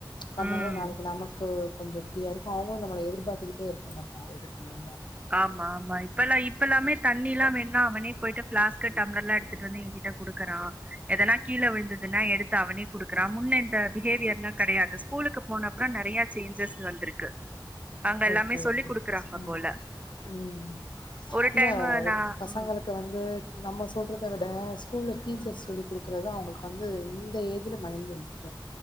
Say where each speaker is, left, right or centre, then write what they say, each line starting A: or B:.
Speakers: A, on the left; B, on the right.
A: பண்ணாதா
B: ம்
A: நாளைக்கு நமக்கு கொஞ்ச ஃப்ரீயா இருக் சோ அவங்களு நம்மள எதிர்பாத்துக்கிட்டே இருக்க மாட்டாங்க எதுக்குமே
B: ஆமா ஆமா இப்பெல்லா இப்பல்லாமே தண்ணிலா வேணுணா அவனே போய்ட்டு ஃப்ளாஸ்க்கு டம்ளர்லா எடு த்துட்டு வந்து எங்கிட்ட குடுக்குறா எதனா கீழ விழுந்துட் டனா எடுத்து அவனே குடுக்குறா முன்ன இந்த பிஹேவியர்லா கெடையாது ஸ்கூலுக்கு போன அப்றம் நெறைய சேஞ்சஸ் வந்துருக்கு அங்க எல்லாமே
A: ஓகே,
B: சொல்லி
A: ஓகே.
B: குடுக்குறாங்க
A: ம்.
B: போல
A: ம்
B: ஒரு
A: இல்ல
B: டைமு
A: அது
B: நா
A: பசங்களுக்
B: ம்
A: க்கு வந்து நம்ம சொல்றத விட ஸ்கூல்ல டீச்சர்
B: ம்
A: சொல்லி குடுக்குறதுதா அவங்களுக்கு வந்து இந்த ஏஜ்ல மைண்ட்ல நிக்கு